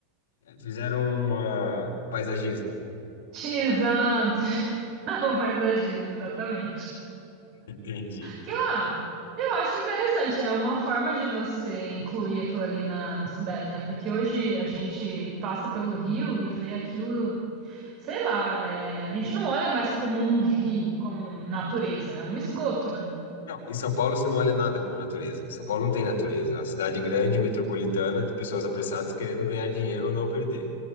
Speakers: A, on the left (about 80°); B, on the right (about 55°).
A: Fizeram uma paisagismo.
B: <laughs> Exato. <laughs> mais agido, exatamente.
A: Entendi.
B: Que, ah, eu acho interessante. É uma forma de você incluir aquilo ali na, na cidade, né? Porque hoje a gente passa pelo rio e vê aquilo, sei lá, é, a gente não olha mais como um rio, como natureza, é um esgoto, né?
A: Não, em São Paulo você não olha nada como natureza. São Paulo não tem natureza. É uma cidade grande, metropolitana, de pessoas apressadas querendo ganhar dinheiro ou não perder.